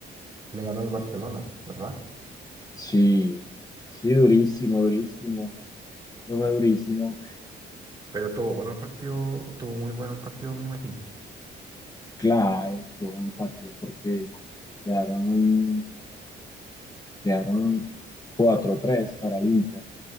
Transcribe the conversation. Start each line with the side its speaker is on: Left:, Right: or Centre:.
Right: Le ganó al Barcelona, ¿verdad?
Left: Sí, sí, durísimo, durísimo. Eso fue durísimo.
Right: Pero estuvo bueno el partido, estuvo muy bueno el partido, me imagino.
Left: Claro, estuvo un partido porque quedaron, quedaron cuatro tres para el Inter.